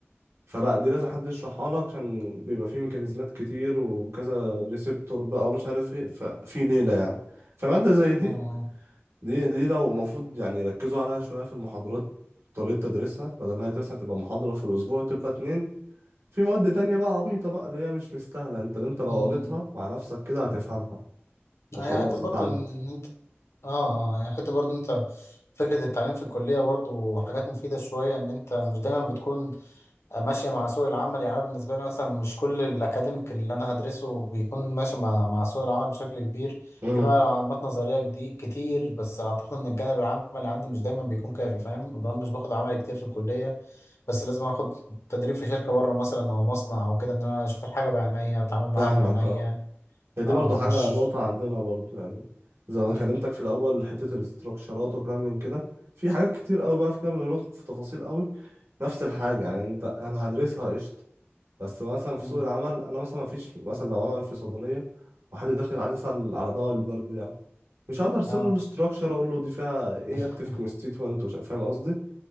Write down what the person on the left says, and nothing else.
اه
امم
هي حته برضه
ان انت اه اه هي حته برضه ان انت فكره التعليم في الكليه برضه حاجات مفيده شويه ان انت مش دايما بتكون ماشية مع سوق العمل يعني أنا بالنسبة لي مثلا مش كل الأكاديميك اللي أنا هدرسه بيكون ماشي مع مع سوق العمل بشكل كبير
في معلومات نظرية جدي- كتير بس أعتقد إن الجانب العملي عندي مش دايما بيكون كافي فاهم لأن أنا مش باخد عملي كتير في الكلية بس لازم آخد تدريب في شركة بره مثلا أو مصنع أو كده إن أنا أشوف الحاجة بعينيا أتعامل معاها
بعينيا
أه
مش
مم.
مم.
مم.
أه
<laughs>